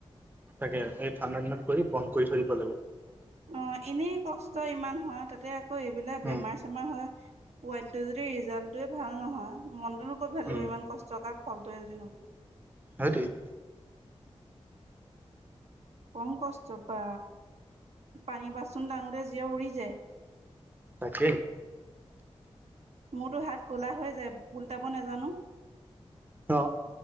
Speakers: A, on the right; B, on the right.
A: তাকে সেই ঠাণ্ডা দিনত কৰি বন্ধ কৰি থৈ দিব লাগে।
B: অ' এনেই কষ্ট ইমান হয় তাতে আকৌ এইবিলাক
A: উম
B: বেমাৰ। পোৱালিটো যদি ৰিজালটোৱে ভাল নহয়। মনটোনো ক'ত ভাল লাগিব
A: উম
B: ইমান কষ্ট জগা ফলটোৱে যদি নুঠে।
A: সেইটোৱেই।
B: কম কষ্টৰ বা পানী বাচন দাঙোতে জীয় উৰি যায়।
A: তাকে।
B: মোৰতো হাত ক'লা হৈ যায় উল্টাব নাজানো।
A: অ'।